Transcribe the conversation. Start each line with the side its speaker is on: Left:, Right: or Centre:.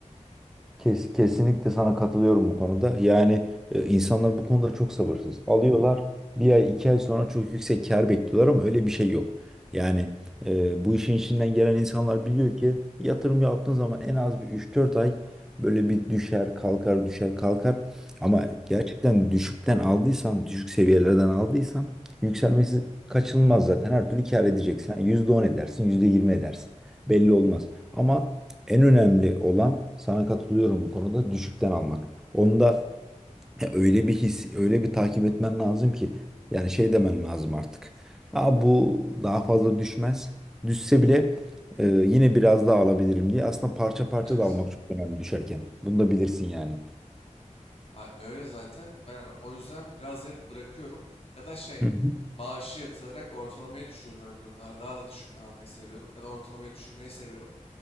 Centre: Kes, kesinlikle sana katılıyorum bu konuda. Yani e, insanlar bu konuda çok sabırsız. Alıyorlar bir ay iki ay sonra çok yüksek kar bekliyorlar ama öyle bir şey yok. Yani e, bu işin içinden gelen insanlar biliyor ki yatırım yaptığın zaman en az bir üç dört ay böyle bir düşer kalkar düşer kalkar. Ama gerçekten düşükten aldıysan düşük seviyelerden aldıysan yükselmesi kaçınılmaz zaten. Her türlü kar edeceksin. Yani %10 edersin %20 edersin. Belli olmaz. Ama en önemli olan sana katılıyorum bu konuda düşükten almak. Onda ya öyle bir his, öyle bir takip etmen lazım ki yani şey demen lazım artık. Aa, bu daha fazla düşmez. Düşse bile e, yine biraz daha alabilirim diye. Aslında parça parça
Left: Evet.
Centre: da almak çok önemli düşerken. Bunu da bilirsin yani.
Left: Ha, öyle zaten ben o yüzden biraz hep bırakıyorum. Ya da şey
Centre: Hı hı.
Left: maaşı yatırarak ortalamaya düşürüyorum öyle durumlarda. Daha da düşükten almayı seviyorum. Ya da ortalamaya düşürmeyi seviyorum.